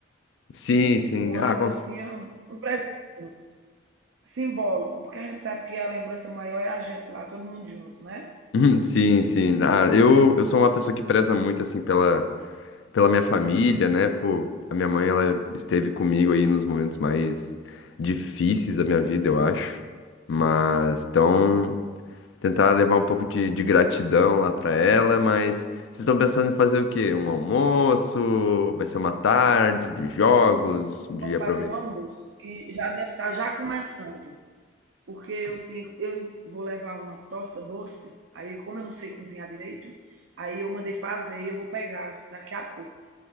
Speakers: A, on the left (about 65°); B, on the right (about 70°).
A: Sim, sim.
B: Uma
A: Ah,
B: lembrancinha,
A: cons-
B: um presentinho simbólico. Porque a gente sabe que a lembrança maior é a gente lá, todo mundo junto, né?
A: <laughs> Sim, sim. Ah, eu, eu sou uma pessoa que preza muito, assim, pela, pela minha família, né? Pô, a minha mãe, ela esteve comigo aí nos momentos mais difíceis da minha vida, eu acho. Mas, então. tentar levar um pouco
B: Sim.
A: de, de gratidão lá pra ela, mas vocês estão pensando em fazer o quê? Um almoço? Vai ser uma tarde de jogos, de
B: Vamos
A: aproveitar?
B: fazer um almoço, que já deve estar já começando. porque eu, tenho, eu vou levar uma torta doce, aí como eu não sei cozinhar direito, aí eu mandei fazer e eu vou pegar daqui a pouco.